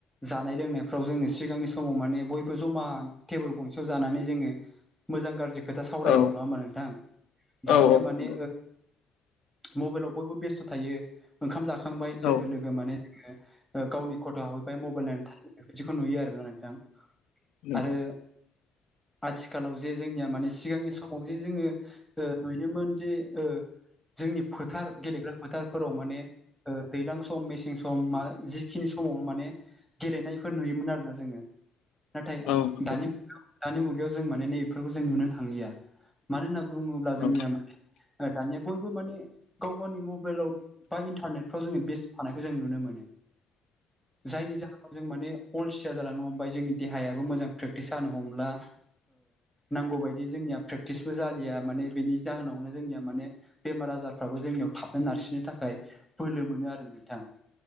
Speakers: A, in the centre; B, on the left.
A: जानाय लोंनायफ्राव जोंो सिगांनि समाव माने बयबो जमा टेबोल गंसेयाव जानानै जोङो मोजां गाज्रि खोथा सावरायोमोन
B: औ
A: नङा होमा नोंथां दानिया
B: औ औ
A: माने
B: नंगौ
A: मबाइलाव बयबो बेस्थ' थायो ओंखाम जाखांबाय लोगो
B: औ
A: लोगो माने जोो गावनि खट' हहैबाय मबाइल नायनानै थनाय बिदिखौ नुयो आरोोना नोंथां
B: नंगौ
A: आरो आथिखालाव जे जोंनिया माने सिगांनि समाव जे जोङो बेमोन जे जोंनि फोथार गेलेग्रा फोथारफोराव माने दैज्लां सम मेसें सम मा जिखिनि सम समावनो माने गेलेनायफोर नुयोमोन आरोोना जोङो नाथाय
B: औ नंगौ
A: दानि दानि मुगायाव जों माने नै बेफोरखौ जों नुनो थांलिया मानो होनना बुङोब्ला
B: औ
A: जोंनिया माने दानिया बयबो माने गाव गावनि मबाइलाव बा इन्टारनेट फाव जोङो बेस्थ' थानायखौ जों नुनो मोनो जायनि जाहोनाव जों माने अलसिया जालांनो हमबाय जोंनि देहायाबो मोजां प्रेक्टिस जानो हमला नांगौ बायदि जोंनिया प्रेकटिसबो जालिया माने बेनि जाहोनावनो जोंनिया माने बेमार आजारफ्राबो जोंनियाव थाबनो नारसिननो थाखाय बोलो मोनो आरो नोंथां